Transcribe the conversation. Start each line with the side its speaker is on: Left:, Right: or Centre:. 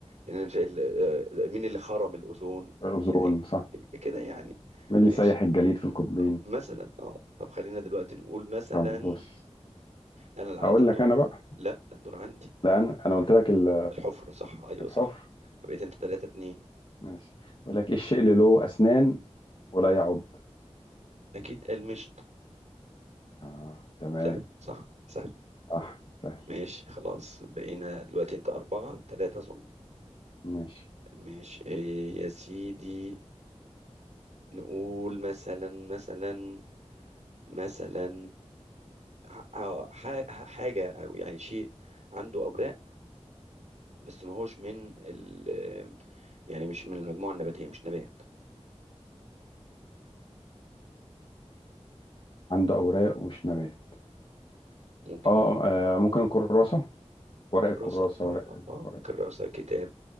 Right: إن في ال- آه، مين اللي خرم الأوزون
Left: أوزون
Right: يعني
Left: صح
Right: كده يعني
Left: مين اللي
Right: ماشي
Left: سيح الجليد في القطبين
Right: مثلا اه طب خلينا دلوقتي نقول مثلا
Left: طب بص
Right: انا اللي عندي
Left: هقول
Right: الدور
Left: لك انا بقى
Right: لا الدور عندي
Left: لا انا انا قلت لك ال-
Right: الحفر صح ايوه
Left: الحفر
Right: صح فبقيت انت ثلاثة اتنين
Left: ماشي بقول لك ايه الشيء اللي له اسنان ولا يعض
Right: اكيد المشط
Left: آه تمام
Right: سهل صح سهل
Left: صح سهل
Right: ماشي خلاص بقينا دلوقتي انت أربعة تلاتة أظن
Left: ماشي
Right: ماشي إيه يا سيدي نقول مثلا مثلا مثلا ح- ح- ح- حاجة أو يعني شيء عنده أوراق بس ما هوش من ال آه، يعني مش من المجموعة النباتية مش نبات
Left: عنده اوراق ومش نبات
Right: ممكن
Left: اه
Right: يكون
Left: آه،
Right: إيه
Left: ممكن الكراسه ورق
Right: كراسة
Left: الكراسه
Right: صح
Left: ورق
Right: اه
Left: الورق
Right: كراسة كتاب